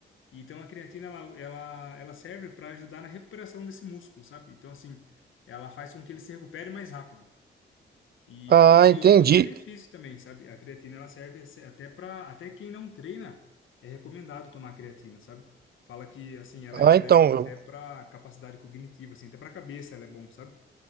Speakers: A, on the left; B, on the right.
A: Então a creatina ela, ela, ela serve para ajudar na recuperação desse músculo, sabe? Então assim, ela faz com que ele se recupere mais rápido. E,
B: Ah, entendi.
A: e, e outros benefícios também, sabe? A creatina ela serve se- até para até quem não treina é recomendado tomar creatina, sabe? Fala que assim ela,
B: Ah,
A: ela
B: então,
A: é bom até
B: eu,
A: para capacidade cognitiva, assim, até para cabeça ela é bom, sabe?